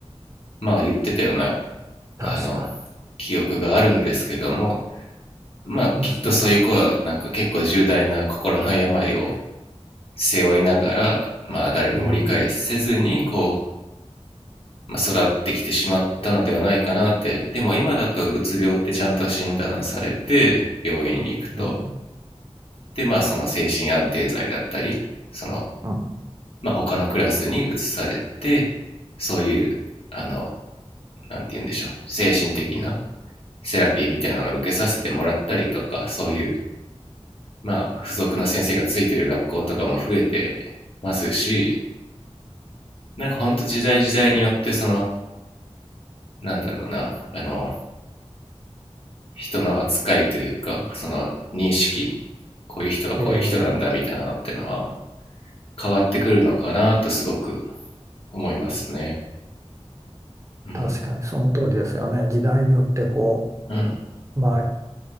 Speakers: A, on the left; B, on the right.
A: まあ言ってたような、
B: 確かに、
A: あの、記憶があるんですけども、まあきっとそういう子は、
B: ありますね。
A: なんか結構重大な心の病を背負いながら、まあ誰にも理解せずに、
B: うん、
A: こまあ、育ってきてしまったのではないかなってでも今だとうつ病ってちゃんと診断されて病院に行くと
B: うん、
A: でまあその精神安定剤だったりその、
B: うん。
A: まあ、他のクラスに移されてそういうあのなんて言うんでしょう精神的なセラピーみたいなのを受けさせてもらったりとかそういう、まあ、付属の先生がついてる学校とかも増えてますしなんか本当時代時代によってそのなんだろうなあの人の扱いというかその認識こういう人はこういう人なんだみたいなのっていうのは
B: え
A: 変わってくるのかなとすごく思いますね。うん
B: ー、確かにその通りですよね。時代によってこ
A: うん
B: う、まあ、